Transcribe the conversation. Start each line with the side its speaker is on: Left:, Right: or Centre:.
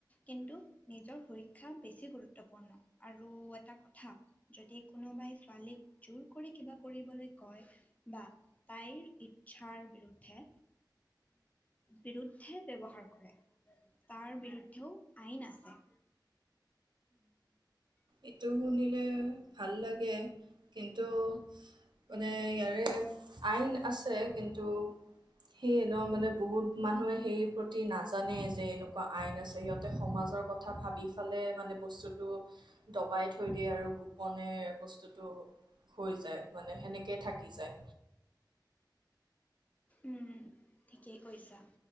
Left: কিন্তু নিজৰ সুৰক্ষা বেছি গুৰুত্বপূৰ্ণ আৰু এটা কথা যদি কোনোবাই ছোৱালীক জোৰ কৰি কিবা কৰিবলৈ কয় বা তাইৰ ইচ্ছাৰ বিৰুদ্ধে বিৰুদ্ধে ব্যৱহাৰ কৰে তাৰ বিৰুদ্ধেও আইন আছে।
Right: এইটো শুনিলে ভাল লাগে কিন্তু মানে ইয়াৰে আইন আছে কিন্তু সেই ন মানে বহুত মানুহে সেই প্ৰতি নাজানে নে যে এনেকুৱা আইন আছে সিহঁতে সমাজৰ কথা ভাবি চালে মানে বস্তুটো দবাই থৈ দিয়ে আৰু গোপনে বস্তুটো হৈ যায় মানে সেনেকেই থাকি যায়।
Left: উম ঠিকেই কৈছা